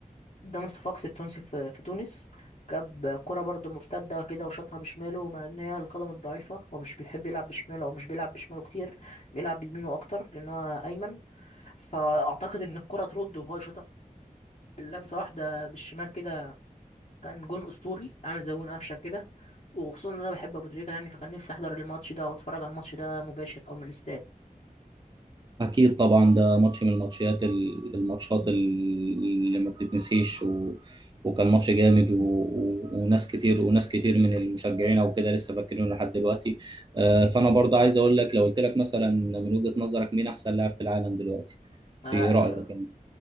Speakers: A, on the left; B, on the right.
A: قدام الصفاقسي التونسي في, في تونس جاب كرة برضه مرتدة كده وشاطها بشماله مع إن هي القدم الضعيفة هو مش بيحب يلعب بشماله أو مش بيلعب بشماله كتير بيلعب بيمينه أكتر لأن هو أيمن فأعتقد إن الكرة ترد وهو يشوطها لمسة واحدة بالشمال كده كان جون أسطوري عامل زي جون قفشة كده وخصوصا إن أنا بحب أبو تريكة يعني فكان نفسي أحضر الماتش ده وأتفرج على الماتش ده مباشر أو من الاستاد
B: أكيد طبعا ده ماتش من الماتشات ال- الماتشات اللي ما بتتنسيش و... وكان ماتش جامد و... و... وناس كتير وناس كتير من المشجعين أو كده لسه فاكرينه لحد دلوقتي آه، فأنا برضه عايز أقول لك لو قلت لك مثلا من وجهة نظرك مين أحسن لاعب في العالم دلوقتي في
A: آه، آه،
B: رأيك يعني؟